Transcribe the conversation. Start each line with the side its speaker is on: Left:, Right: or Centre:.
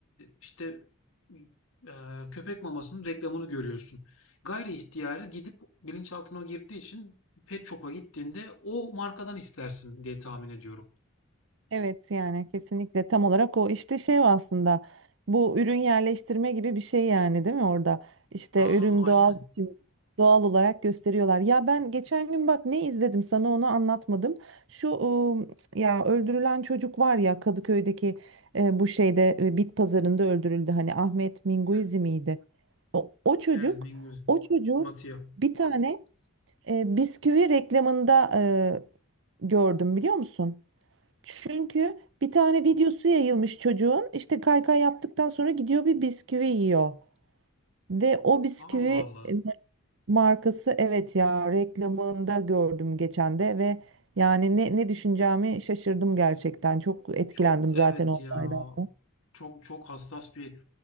Left: işte e, köpek mamasının reklamını görüyorsun. Gayri ihtiyarı gidip bilinçaltına o girdiği için pet shop'a gittiğinde o markadan istersin diye tahmin ediyorum.
Right: Evet yani kesinlikle tam olarak o işte şey o aslında bu ürün yerleştirme gibi bir şey yani değil mi orada işte
Left: Aa
Right: ürün
Left: aynen.
Right: doğal biçim doğal olarak gösteriyorlar ya ben geçen gün bak ne izledim sana onu anlatmadım şu ıı, ya öldürülen çocuk var ya Kadıköy'deki e, bu şeyde e, bit pazarında öldürüldü hani Ahmet Minguizi
Left: Evet,
Right: miydi o, o çocuk
Left: evet, Mingus.
Right: o çocuğu
Left: Matia.
Right: bir tane e, bisküvi reklamında e, gördüm biliyor musun? Çünkü bir tane videosu yayılmış çocuğun işte kaykay yaptıktan sonra gidiyor bir bisküvi yiyor. Ve o bisküvi
Left: Allah Allah.
Right: e, markası evet ya reklamında gördüm geçen de ve yani ne, ne düşüneceğimi şaşırdım gerçekten. Çok etkilendim
Left: Çok
Right: zaten
Left: evet
Right: o
Left: ya.
Right: olaydan.
Left: Çok çok hassas bir